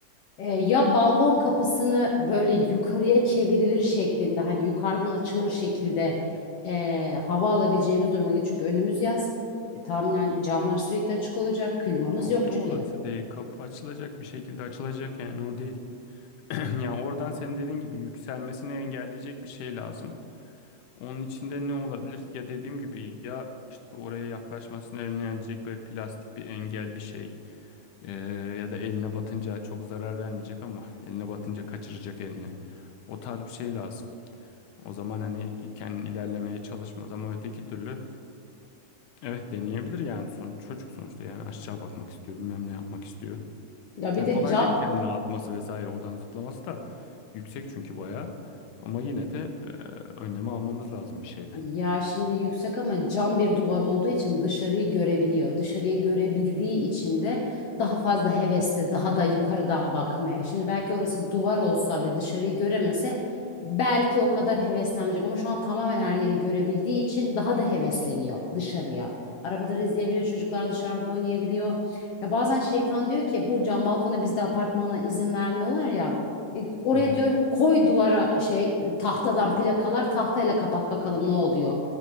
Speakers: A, on the left; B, on the left.
A: E, ya balkon kapısını böyle yukarıya çevrilir şeklinde hani yukarıdan açılır şekilde e, hava alabileceğimiz duruma geç. Çünkü önümüz yaz. E, tahminen camlar sürekli açık olacak. Klimamız
B: Ya
A: yok
B: o da
A: çünkü.
B: olası değil. Kapı açılacak bir şekilde açılacak yani o değil. <clears throat> Yani oradan senin dediğin gibi yükselmesini engelleyecek bir şey lazım. Onun içinde ne olabilir? Ya dediğim gibi ya işte oraya yaklaşmasını önleyecek böyle plastik bir engel bir şey. Ee, ya da eline batınca çok zarar vermeyecek ama eline batınca kaçıracak elini. O tarz bir şey lazım. O zaman hani kendin ilerlemeye çalışmaz ama öteki türlü evet deneyebilir yani son çocuk sonuçta yani aşağı bakmak istiyor bilmem ne yapmak istiyor.
A: Ya bir
B: Ya
A: de
B: kolay
A: ca-
B: değil kendine atması vesaire oradan zıplaması da yüksek çünkü bayağı. Ama yine de e, önlemi almamız lazım bir şeyle.
A: Ya şimdi yüksek ama cam bir duvar olduğu için dışarıyı görebiliyor. Dışarıyı görebildiği için de daha fazla hevesli, daha da yukarıdan bakmaya. Şimdi belki orası duvar olsa ve dışarıyı göremese belki o kadar heveslenmeyecek ama şu an tamamen her yeri görebildiği için daha da hevesleniyor dışarıya. Arabaları izleyebiliyor, çocuklar dışarıda oynayabiliyor. Ya bazen şeytan diyor ki bu cam balkona bizde apartmana izin vermiyorlar ya. E, Oraya
B: Hı hı.
A: diyorum koy duvara şey tahtadan plakalar tahtayla kapat bakalım ne oluyor.